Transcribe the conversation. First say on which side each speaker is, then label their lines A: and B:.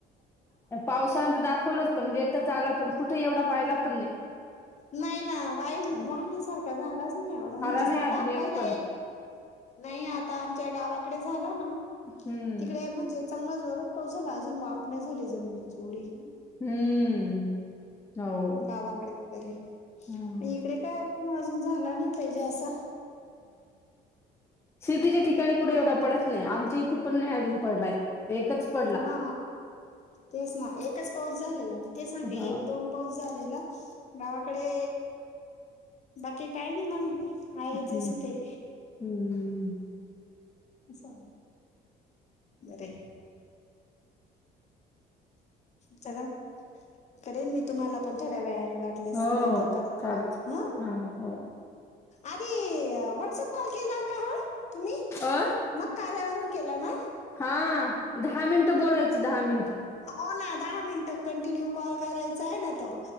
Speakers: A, on the left; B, on the left.
A: पावसान तर दाखवलंच पण घेेतच आलं पण कुठे एवढा व्हायला पण नाही
B: नाही ना वाई
A: आणि
B: वाहण्यासारखा झालाच नाही एवढा म्हणजे
A: नाही
B: झाला
A: अजून
B: पहिला
A: पण
B: एक नाही आता आमच्या गावाकडे झाला ना
A: हम्म
B: तिकडे म्हणजे च जोरात पाऊस झाला अजून वाफ नाही झाली जमिनीची उडी
A: हम्म हो.
B: गावाकडे वगैरे
A: हम्म
B: इकडे कायण अजून झाला नाही पाहिजे असा
A: शेतीच्या ठिकाणी कुठं एवढ पडत नाही आम इथे पण नाही अजून पडलाय एकच पडला.
B: हा तेच ना एकच पाऊस झालेला म ते सांगते
A: हा
B: एक दोन पाऊस झालेला गावाकडे बाकी काय नाही मग आहे
A: हम्म
B: जस ते
A: हम्म.
B: अचछा बर चला करेन मी तुम्हाला पण थोड्या वेळ वाटल्या
A: हो
B: नंतर परत
A: चालत.
B: कॉल ह
A: हा हो
B: आधी व्हॉट्सअप कॉल केला का तुम्ही
A: अ
B: मग कार्यावरून खला ना
A: हा दहा मिनिटं बोलायचं दहा मिनिट
B: हो ना दहा मिनट कंटिन्यू कॉल करायचा आहे ना तो